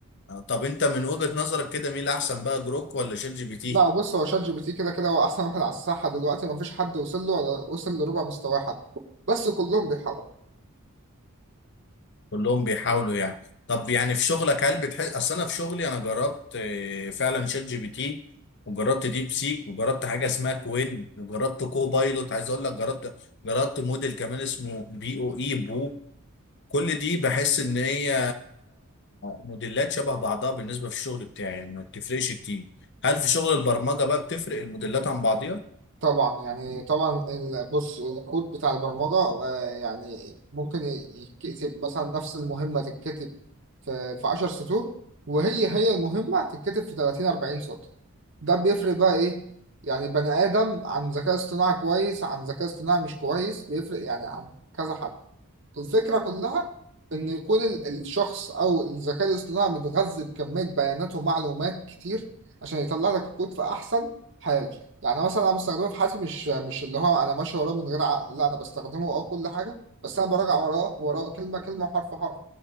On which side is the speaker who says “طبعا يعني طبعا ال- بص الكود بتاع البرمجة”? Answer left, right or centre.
Right